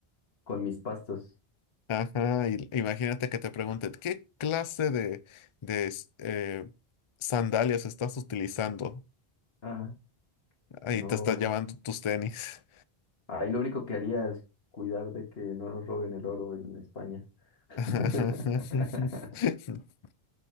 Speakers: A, on the left (about 75°); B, on the left (about 40°).
A: con mis pastos.
B: ajá. y imagínate que te pregunten, ¿qué clase de, de s- eh, sandalias estás utilizando?
A: Ajá,
B: Ahí
A: no,
B: te estás llevando tus tenis.
A: ahí lo único que haría es cuidar de que no nos roben el oro en España. <laughs>
B: <laughs>